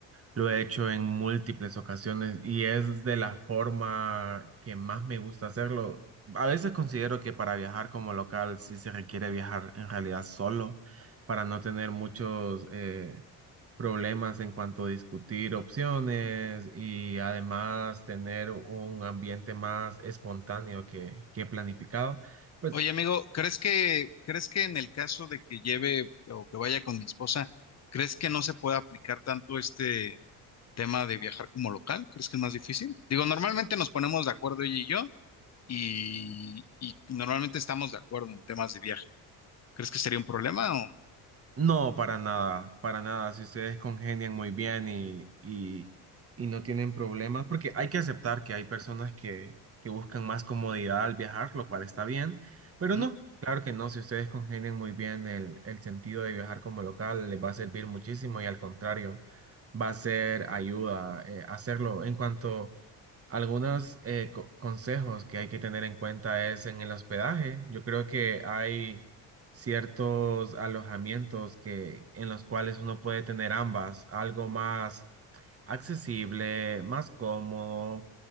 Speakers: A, on the right; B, on the left.
A: lo he hecho en múltiples ocasiones y es de la forma que más me gusta hacerlo. A veces considero que para viajar como local sí se requiere viajar en realidad solo para no tener muchos, eh, problemas en cuanto a discutir opciones y además tener un ambiente más espontáneo que, que planificado. Pues
B: Oye, amigo, ¿crees que, crees que en el caso de que lleve o que vaya con mi esposa, ¿crees que no se pueda aplicar tanto este? tema de viajar como local? ¿Crees que es más difícil? Digo, normalmente nos ponemos de acuerdo ella y yo y, y normalmente estamos de acuerdo en temas de viaje. ¿Crees que sería un problema o...
A: No, para nada, para nada. Si ustedes congenian muy bien y, y, y no tienen problemas, porque hay que aceptar que hay personas que, que buscan más comodidad al viajar, lo cual está bien, pero
B: Ujú.
A: no, claro que no. Si ustedes congenian muy bien el, el sentido de viajar como local, les va a servir muchísimo y al contrario, va a ser ayuda eh, hacerlo. En cuanto algunos eh, co- consejos que hay que tener en cuenta es en el hospedaje. Yo creo que hay ciertos alojamientos que, en los cuales uno puede tener ambas, algo más accesible, más cómodo,